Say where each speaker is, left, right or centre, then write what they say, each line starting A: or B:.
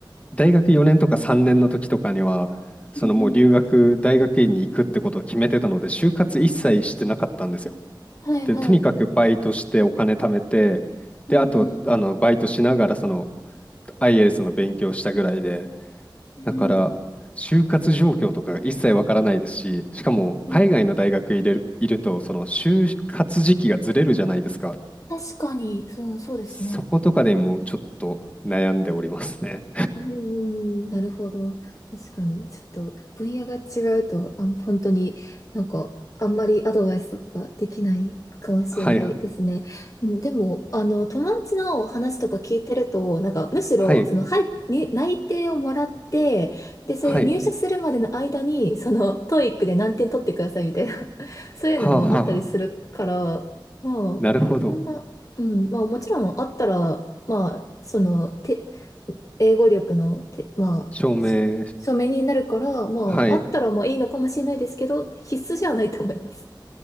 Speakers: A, on the left; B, on the left.
A: 大学4年とか3年の時とかには、そのもう留学、
B: うんうん
A: 大学院に行くってことを決めてたので、就活一切してなかったんですよ。
B: はい、
A: で、
B: はい。
A: とにかくバイトしてお金貯めて、
B: うん。
A: で、あと、あの、バイトしながら、その、IELTS の勉強したぐらいで、
B: うんうん。
A: だから、就活状況とかが一切わからないですし、しかも海外の大学入れる、
B: うんうん。うん
A: いると、その就活時期がずれるじゃないですか。
B: 確かに、そう、そうですね。
A: そことかでもうちょっと悩んでおりますね。
B: うーん、<laughs> なるほど。確かに、ちょっと分野が違うと、あん、本当になんか、あんまりアドバイスとかができないかもしれないですね。
A: <laughs> はい、は
B: うんでも、あの、友達の話とか聞いてると、なんか、むしろ、
A: い、
B: その、はい、に、内定をもらって、で、それ入社するまでの間に、
A: はい、
B: その、トーイックで何点取ってくださいみたいな、<laughs> そういうのもあったりするから、
A: はあ、はあ、
B: まあ、
A: なるほど。
B: こんな、うん、まあ、もちろんあったら、まあ、その、て英語力の、てまあ、
A: 証明、
B: 書面になるから、まあ、
A: はい、
B: あったらまあいいのかもしれないですけど、必須じゃないと思います。